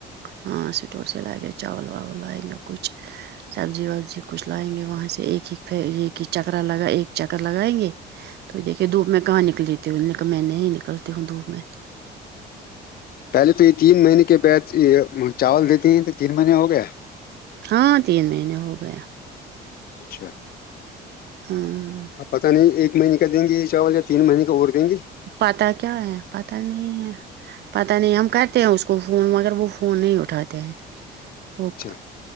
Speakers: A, on the right; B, on the left.
A: ہاں اسٹور سے لائے گے چاول واول لائیں گے کچھ سبزی وبزی کچھ لائیں گے وہاں سے ایک ایک ایک ہی چکرا لگا ایک چکر لگائیں گے تو دیکھیے دھو میں کہاں نکلیتی ہ کہ میں نہیں نکلتی ہوں دھوپ میں
B: پہلے تو یہ تین مہینے کے بعد چاول دیتی ہیں تو تین مہینے ہو گیا
A: ہاں تین مہینے ہو گیا
B: اچھا
A: ہاں
B: آپ پتہ نہیں ایک مہینے کا دیں گے یہ چاول یا تین مہینے کا اور دیں گی
A: پتاہ کیا ہے پتاہ نہیں ہے پت نہیں ہم کرتے ہیں اس کو فون مگر وہ فون نہیں اٹھاتے ہیںک
B: اچھا